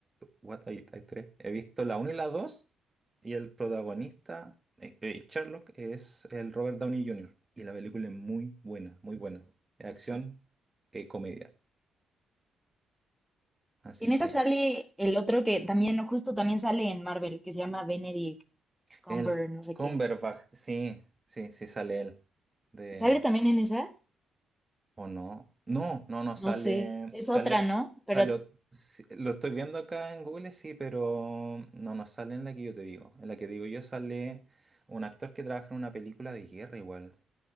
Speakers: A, on the right (about 20°); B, in the centre.
A: What, hay, hay tres. He visto la uno y la 2 y el protagonista, eh, eh, Sherlock, es el Robert Downey Jr. Y la película es muy buena, muy buena. Es Acción, eh, comedia. Así
B: En
A: que
B: esa sale el otro que también, justo también sale en Marvel, que se llama Benedict Cumber,
A: el
B: no sé
A: Cumberbatch,
B: qué.
A: sí, sí, sí sale él. De,
B: ¿Sale también en esa?
A: ¿o no? No, no, no sale,
B: No sé, es
A: sale,
B: otra, ¿no?
A: sale,
B: Pero,
A: ot- sí, lo estoy viendo acá en Google, sí, pero no, no sale en la que yo te digo. En la que digo yo sale un actor que trabaja en una película de guerra igual,